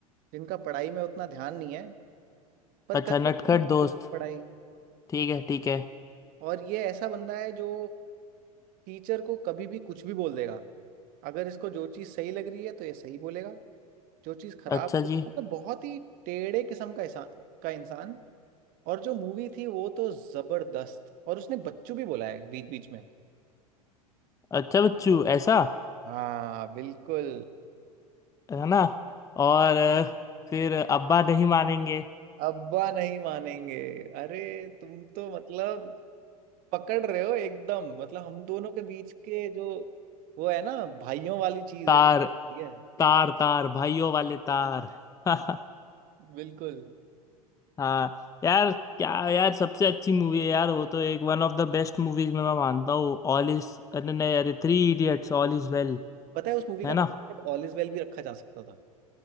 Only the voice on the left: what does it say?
अच्छा
नटखट
दोस्त
ठीक है ठीक है
अच्छा
जी
अच्छा बच्चू ऐसा
है ना और अ, फिर अब्बा नहीं मानेंगे
तार
तार तार भाइयों वाले तार <laughs>
हाँ यार क्या यार सबसे अच्छी मूवी है यार वो तो एक one of the best movies में मैं मानता हूँ ऑल इज अरे नहीं अरे Three Idiots all is well
है
ना